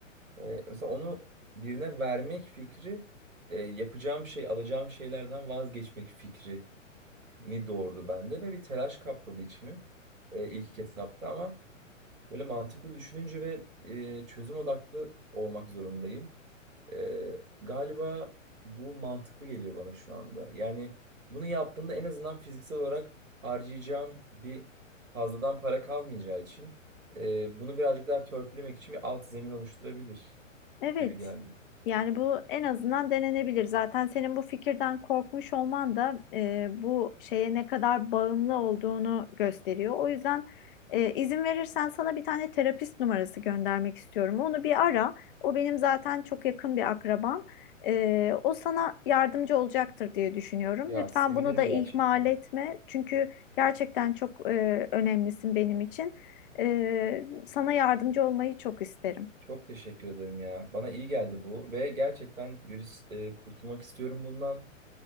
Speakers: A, on the right; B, on the left.
A: E, mesela onu birine vermek fikri e, yapacağım şey, alacağım şeylerden vazgeçmek fikrini doğurdu bende ve bir telaş kapladı içimi e, ilk etapta ama böyle mantıklı düşününce ve e, çözüm odaklı olmak zorundayım. E, galiba bu mantıklı geliyor bana şu anda. Yani bunu yaptığımda en azından fiziksel olarak harcayacağım bir fazladan para kalmayacağı için e, bunu birazcık daha törpülemek için bir alt zemin oluşturabilir
B: Evet.
A: gibi geldi.
B: Yani bu en azından denenebilir. Zaten senin bu fikirden korkmuş olman da e, bu şeye ne kadar bağımlı olduğunu gösteriyor. O yüzden e, izin verirsen sana bir tane terapist numarası göndermek istiyorum. Onu bir ara. O benim zaten çok yakın bir akrabam. E, o sana yardımcı olacaktır diye düşünüyorum.
A: Ya
B: Lütfen
A: sevinirim
B: bunu da ihmal
A: gerçekten.
B: etme. Çünkü gerçekten çok e, önemlisin benim için. E, sana yardımcı olmayı çok isterim.
A: Çok teşekkür ederim ya. Bana iyi geldi bu ve gerçekten Güliz e, kurtulmak istiyorum bundan